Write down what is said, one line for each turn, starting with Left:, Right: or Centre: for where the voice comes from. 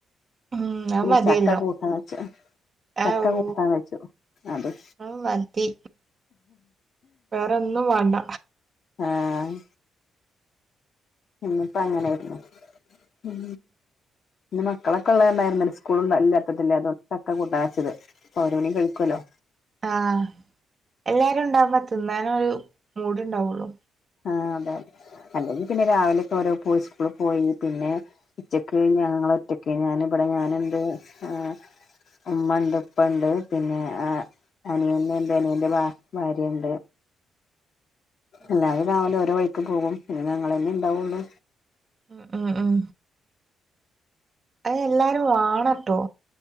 Right: ഉം അത്
Left: പിന്നെ
Right: മതിയല്ലോ
Left: ചക്ക കൂട്ടാന്ന് വെച്ചാ ചക്ക
Right: ആവൂ
Left: കൂട്ടാൻ വെച്ചു അതും
Right: അത് മതി വേറൊന്നും വേണ്ട
Left: ആഹ് ഇന്ന് ഇപ്പ അങ്ങനെയിരുന്നു ഉം പിന്ന മക്കളൊക്കെ ഉള്ളല്ലാർനിലെ സ്കൂളില്ലാതത്തില്ലേ അതോണ്ടാ ചക്ക കൂട്ടൻ വെച്ചത് ഓലൂഡിം കഴിക്കുല്ലോ
Right: ആഹ് എല്ലാരും ഉണ്ടാവുമ്പോ തിന്നാനൊരു മൂഡ് ഉണ്ടാവുള്ളു
Left: ആഹ് അതെതെ അല്ലെങ്കിൽ പിന്നെ രാവിലെയൊക്കെ ഓരോ പോയി സ്കൂളിൽ പോയി പിന്നെ ഉച്ചക്ക് ഞങ്ങള ഒറ്റക്ക് ഞൻ ഇവിടെ ഞാനന്ത് ആഹ് ഉമ്മണ്ട് ഇപ്പണ്ട് പിന്നെ ഏഹ് അനിയൻണ്ട് അനിയന്റെ ഭാര്യണ്ട്
Right: ഉം
Left: എല്ലാരും രാവിലെ ഓരോ വഴിക്ക് പോകും പിന്നെ ഞങ്ങളല്ലേ ഇണ്ടാവൊള്ളൂ
Right: ഉം ഉം ഉം അയ് എല്ലാരും വാണട്ടോ